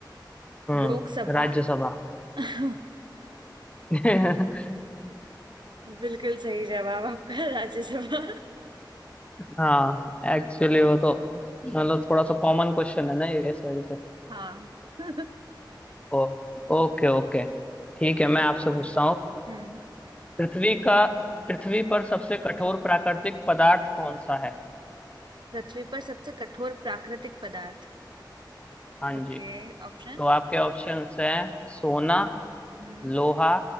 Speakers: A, on the left; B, on the right.
A: हम्म
B: लोकसभा
A: राज्यसभा
B: <laughs>
A: <laughs>
B: बिल्कुल सही जवाब आपका राज्यसभा
A: हाँ एक्चुअली वो तो मतलब थोड़ा सा कॉमन क्वेश्चन है ना ये इस वजह से
B: हाँ <laughs>
A: ओ Okay okay ठीक
B: ओके
A: है मैं आपसे पूछता हूँ
B: हम्म
A: पृथ्वी का पृथ्वी पर सबसे कठोर प्राकृतिक पदार्थ कौन सा है
B: पृथ्वी पर सबसे कठोर प्राकृतिक पदार्थ
A: हाँ
B: Okay
A: जी
B: option
A: तो आपके ऑप्शंस हैं सोना
B: हम्म
A: लोहा